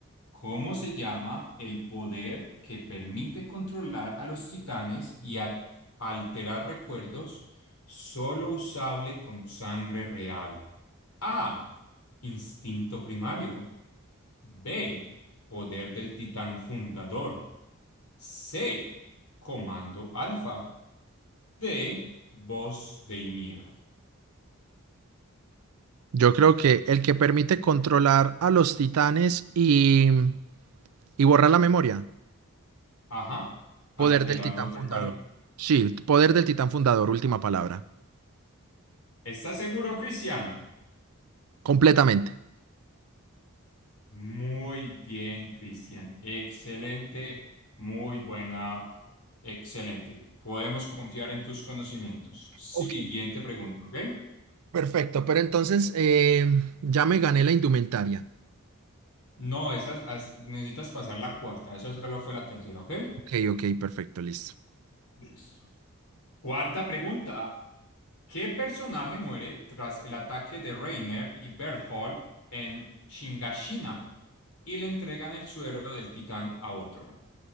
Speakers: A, on the left; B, on the right.
A: ¿Cómo se llama el poder que permite controlar a los titanes y a- alterar recuerdos solo usable con sangre real? A. Instinto primario. B. Poder del titán fundador. C. Comando alfa. D. Voz de Ymir.
B: Yo creo que el que permite controlar a los titanes y, y borrar la memoria.
A: Ajá. Alterar
B: Poder del titán
A: los recuerdos.
B: fundador. Sí, poder del titán fundador, última palabra.
A: ¿Estás seguro, Cristian?
B: Completamente.
A: Muy bien, Cristian. Excelente, muy buena, excelente. Podemos confiar en tus conocimientos. Siguiente
B: Ok,
A: pregunta, ¿ok?
B: perfecto. Pero entonces eh, ya me gané la indumentaria.
A: No, esas as- necesitas pasar la cuarta. Eso solo fue la tercera, ¿ok?
B: Ok, ok, perfecto, listo.
A: Listo. Cuarta pregunta. ¿Qué personaje muere tras el ataque de Reiner y Berthold en Chingashina y le entregan el suero del titán a otro?